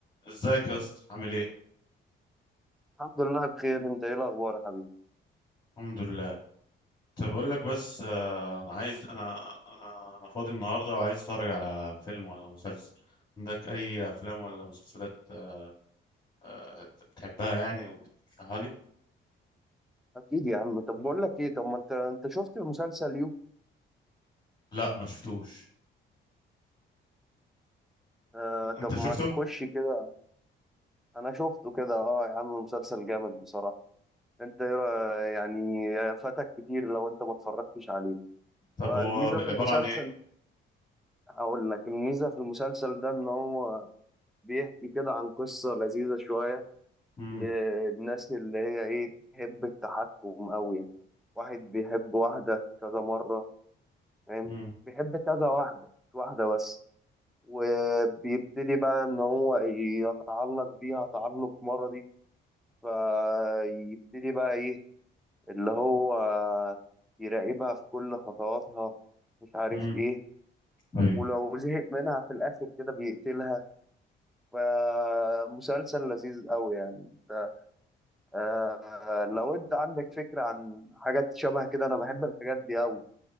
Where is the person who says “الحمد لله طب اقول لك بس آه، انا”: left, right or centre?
Left